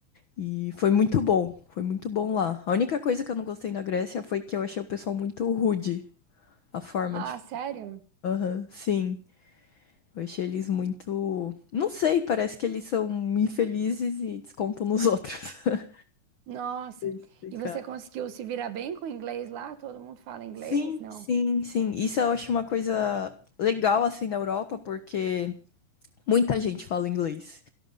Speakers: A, on the left (about 70°); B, on the right (about 65°).
A: E foi muito bom. Foi muito bom lá. A única coisa que eu não gostei na Grécia foi que eu achei o pessoal muito rude. A forma
B: Ah,
A: de.
B: sério?
A: Aham, sim. Eu achei eles muito. Não sei, parece que eles são infelizes e descontam nos outros. <laughs>
B: Nossa.
A: sei explicar.
B: E você conseguiu se virar bem com o inglês lá? Todo mundo fala inglês?
A: Sim,
B: Não.
A: sim, sim. Isso eu acho uma coisa legal assim da Europa, porque muita gente fala inglês.